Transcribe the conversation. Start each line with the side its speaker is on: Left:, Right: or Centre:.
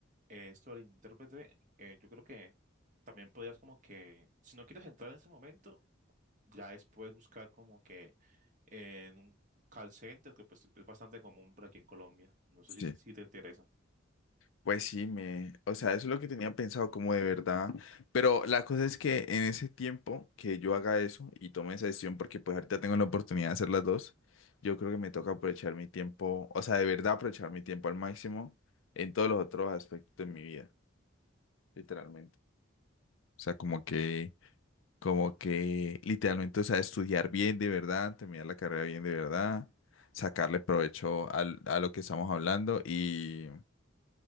Right: eh, esto del intérprete, eh, yo creo que también podrías como que, si no quieres entrar en ese momento, ya después buscar como que en un call center que pues es bastante común por aquí en Colombia. No sé
Left: Sí.
Right: si, si te interesa.
Left: Pues sí, me, o sea, eso es lo que tenía pensado como de verdad, pero la cosa es que en ese tiempo que yo haga eso y tome esa decisión, porque pues ahorita tengo la oportunidad de hacer las dos, yo creo que me toca aprovechar mi tiempo, o sea, de verdad aprovechar mi tiempo al máximo en todos los otros aspectos de mi vida, literalmente. O sea, como que, como que literalmente, o sea, estudiar bien de verdad, terminar la carrera bien de verdad, sacarle provecho al- a lo que estamos hablando y,